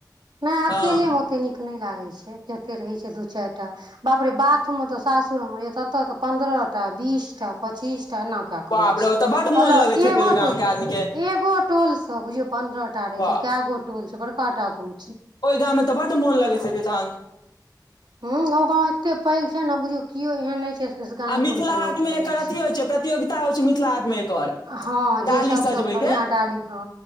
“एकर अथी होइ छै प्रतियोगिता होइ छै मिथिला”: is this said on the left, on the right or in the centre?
Left